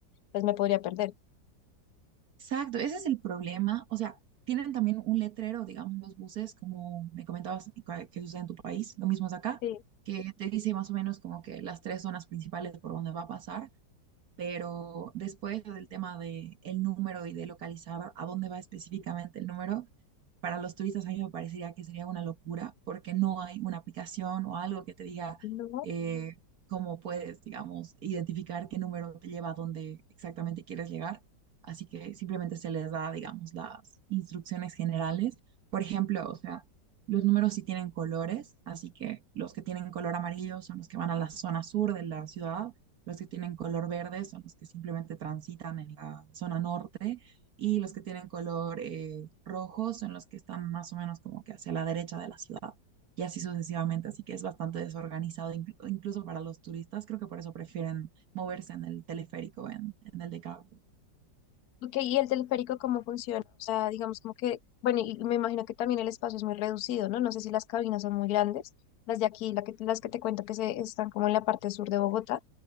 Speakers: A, on the left (about 60°); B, on the right (about 55°).
A: pues me podría perder.
B: Exacto, ese es el problema. O sea, tienen también un letrero, digamos, los buses, como me comentabas que que sucede en tu país, lo mismo es acá,
A: Sí.
B: que te dice más o menos como que las tres zonas principales por donde va a pasar. pero después lo del tema de el número y de localizar a dónde va específicamente el número, para los turistas a mí me parecería que sería una locura porque no hay una aplicación o algo que te diga
A: No.
B: eh, cómo puedes, digamos, identificar qué número te lleva a dónde exactamente quieres llegar. Así que simplemente se les da, digamos, las instrucciones generales. Por ejemplo, o sea, los números sí tienen colores, así que los que tienen color amarillo son los que van a la zona sur de la ciudad los que tienen color verde son los que simplemente transitan en la zona norte y los que tienen color eh, rojo son los que están más o menos como que hacia la derecha de la ciudad y así sucesivamente. Así que es bastante desorganizado inclu- incluso para los turistas. Creo que por eso prefieren moverse en el teleférico, en, en el de cable.
A: Ok, ¿y el teleférico cómo funciona? O sea, digamos como que, bueno, y me imagino que también el espacio es muy reducido, ¿no? No sé si las cabinas son muy grandes. Las de aquí, la que, las que te cuento que se, están como en la parte sur de Bogotá,